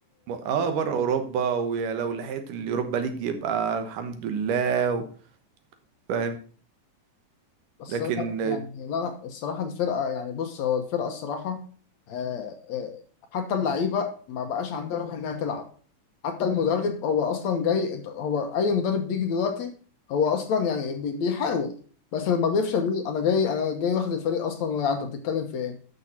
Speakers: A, on the right; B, on the left.
A: م- اه بره اوروبا ولو لحقت اليوروبا ليج يبقى الحمد لله و- فاهم
B: بس
A: لكن
B: انا يعني لا الصراحه الفرقه يعني بص هو الفرقه الصراحه آه، آه، حتى اللعيبه ما بقاش عندها روح انها تلعب حتى المدرب هو اصلا جاي هو اي مدرب بيجي دلوقتي هو اصلا يعني بي- بيحاول بس لما بيفشل بيقول انا جاي انا جاي واخد الفريق اصلا واقع انت بتتكلم في ايه